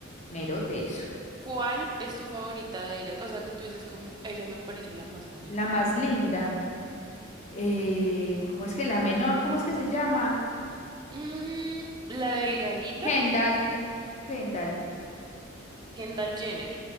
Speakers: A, on the left; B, on the right.
A: mero teso.
B: ¿Cuál es tu favorita de ellas? O sea, que tú dices como, ella me parece la más bonita.
A: La más linda. eh, ¿cómo es que la menor? ¿Cómo es que se llama?
B: Mm, la delgadita,
A: Kendall, Kendall,
B: Kendall Jenner.